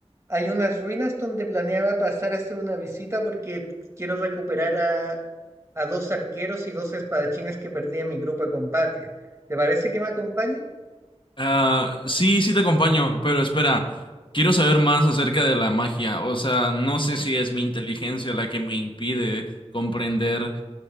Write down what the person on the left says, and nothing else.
Ah, sí, sí te acompaño, pero espera, quiero saber más acerca de la magia. O sea, no sé si es mi inteligencia la que me impide comprender